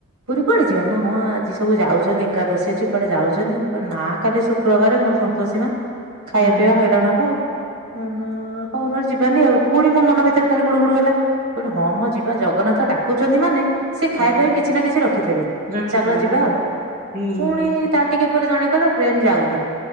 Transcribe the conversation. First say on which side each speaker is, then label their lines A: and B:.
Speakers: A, on the right (about 85°); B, on the right (about 40°).
A: ପୁରୀ କୁଆଡେ ଯିବା ନା। ହଁ ଆଜି ସବୁ ଯାଉଛନ୍ତି ଏକାଦଶୀ ଅଛି କୁଆଡେ ଯାଉଛନ୍ତି ମୁଁ କହିଲି ନା କାଲି ଶୁକ୍ରବାର ମୋର ସନ୍ତୋଷୀମା ଖାଇବା
B: ହଁ ହଁ
A: ପିଇବା ହଇରାଣ ହବା ଆଉ। ହ ହଉ ନହେଲେ ଯିବାନି ଆଉ ପୁଣି ମୋ ମନ ଭିତରେ ଖାଲି ଗୁଡୁ ଗୁଡୁ ହେଲା କହିଲି ହଁ ମଁ ଯିବା ଜଗନ୍ନାଥ ଡାକୁଛନ୍ତି ମାନେ ସେ ଖାଇବା
B: ଜି
A: ପାଇଁ କିଛି ନା କିଛି ରଖିଥିବବେ
B: ରଖିଥିବେ
A: ଚାଲ ଯିବା
B: ହଁ
A: ଆଉ
B: ହୁଁ ହୁଁ
A: ପୁଣି
B: ହୁଁ
A: ତା ଟିକେ ପରେ ଜଣେ କହିଲ ଟ୍ରେନ ଯାଉନି